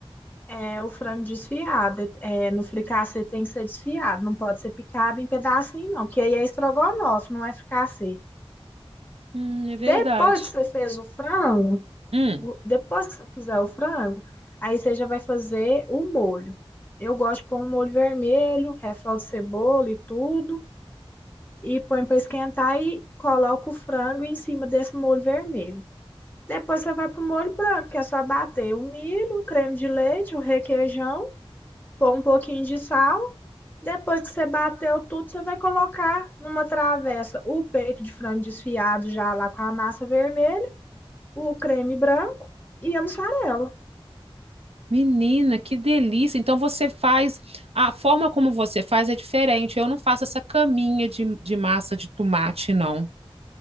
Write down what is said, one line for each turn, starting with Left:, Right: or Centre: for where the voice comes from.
Left: é, o frango desfiado, é, no fricassê tem que ser desfiado, não pode ser picado em pedacinho não, porque aí é estrogonofe, não é fricassê.
Right: Hum, é verdade.
Left: Depois que você fez o frango,
Right: Hum,
Left: o- depois que você fizer o frango, aí você já vai fazer o molho. Eu gosto de pôr um molho vermelho, refogo de cebola e tudo. e põe para esquentar e coloca o frango em cima desse molho vermelho. Depois você vai pro molho branco, que é só bater o milho, o creme de leite, o requeijão, pôr um pouquinho de sal. Depois que você bateu tudo, você vai colocar numa travessa o peito de frango desfiado já lá com a massa vermelha, o creme branco e a mussarela.
Right: menina, que delícia. Então você faz, a forma como você faz é diferente. Eu não faço essa caminha de, de massa de tomate, não.